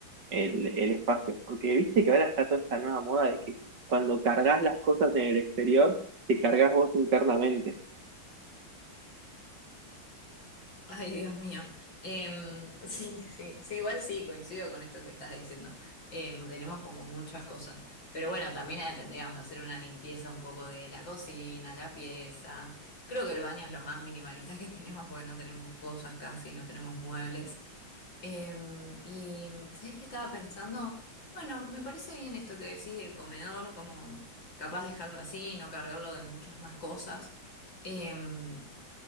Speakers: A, on the right; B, on the left.
A: el, el espacio. Porque viste que ahora está toda esta nueva moda de que cuando cargas las cosas en el exterior, te cargas vos internamente.
B: <laughs> Ay, Dios mío. Em, <laughs> sí, sí, sí, igual sí, coincido con esto que estás diciendo. Em, tenemos como muchas cosas. Pero bueno, también eh, tendríamos que hacer una limpieza un poco de la cocina, la pieza. Creo que el baño es lo más minimalista <laughs> que tenemos porque no tenemos cosas casi, no tenemos muebles. Em, y sabés que estaba pensando, bueno, me parece bien esto que decís del comedor, como capaz dejarlo así, no cargarlo de muchas más cosas. Em,